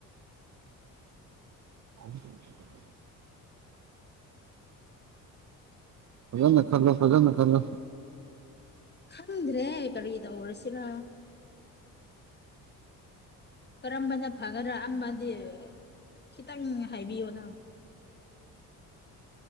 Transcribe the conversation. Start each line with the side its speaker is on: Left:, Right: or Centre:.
Right: <inaudible> ꯐꯖꯅ ꯈꯜꯂꯣ ꯐꯖꯅ ꯈꯜꯂꯣ
Left: ꯈꯪꯗ꯭ꯔꯦ ꯀꯔꯤ ꯇꯧꯔꯁꯤꯔ ꯀꯔꯝꯕꯅ ꯐꯒꯗꯔꯥ ꯑꯃꯗꯤ ꯈꯤꯇꯪ ꯍꯥꯏꯕꯤꯌꯣꯅ